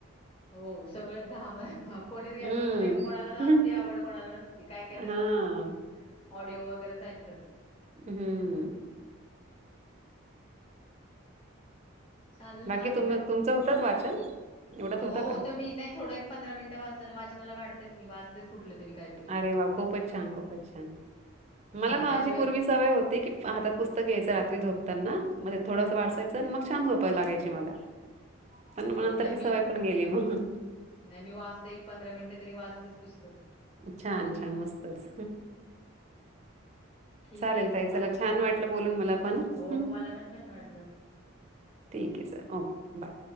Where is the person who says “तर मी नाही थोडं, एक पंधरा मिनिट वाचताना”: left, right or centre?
Left